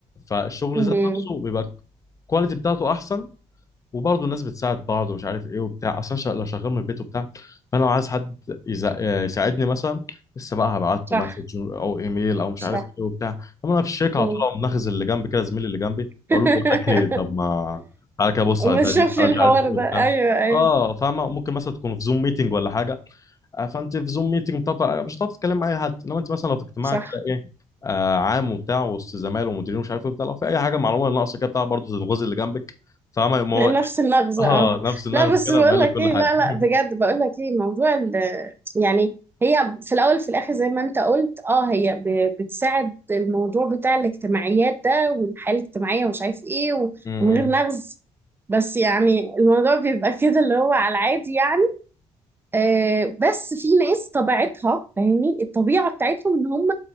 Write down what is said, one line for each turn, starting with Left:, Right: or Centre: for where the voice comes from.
Left: فالشغل
Right: امم
Left: ذات نفسه بيبقى الكواليتي بتاعته احسن وبرضه الناس بتساعد بعض ومش عارف ايه وبتاع اصلا شغ- لو شغال من البيت وبتاع فانا لو عايز حد يزا- يساعدني مثلا لسه بقى هبعت
Right: صح
Left: له مسج او ايميل او مش
Right: صح
Left: عارف ايه وبتاع اما انا في الشركه
Right: مم.
Left: على طول اقوم ناخذ اللي جنبي كده زميلي اللي جنبي
Right: <laughs>
Left: اقول له بقول لك ايه طب ما تعالى كده بص
Right: ما
Left: على البتاع
Right: شوف
Left: دي تعالى
Right: لي الحوار
Left: مش عارف ايه
Right: ده
Left: وبتاع
Right: ايوه ايوه
Left: اه فاهمه ممكن مثلا تكون في زوم ميتنج ولا حاجه آه، فانت في زوم ميتنج بتاع- مش هتعرف تتكلم مع اي حد انما انت مثلا لو في اجتماع
Right: صح
Left: كده ايه آه عام وبتاع وسط زمايل ومديرين ومش عارف ايه وبتاع لو في اي حاجه معلومه ناقصه كده بتاع برضه تنغز اللي جنبك فاهمه
Right: نفس النغزة
Left: اه
Right: اه
Left: نفس النغز
Right: لا بس
Left: كده
Right: بقول
Left: وما لك
Right: لك
Left: كل
Right: ايه
Left: حاجه
Right: لا لا
Left: <laughs>
Right: بجد بقول لك ايه موضوع ال يعني هي في الاول في الاخر زي ما انت قلت اه هي ب- بتساعد الموضوع بتاع الاجتماعيات ده والحياة الاجتماعية ومش عارف ايه
Left: مم.
Right: ومن غير نغز بس يعني الموضوع بيبقى <laughs> كده اللي هو على العادي يعني آه بس في ناس طبيعتها فاهمني الطبيعة بتاعتهم ان هم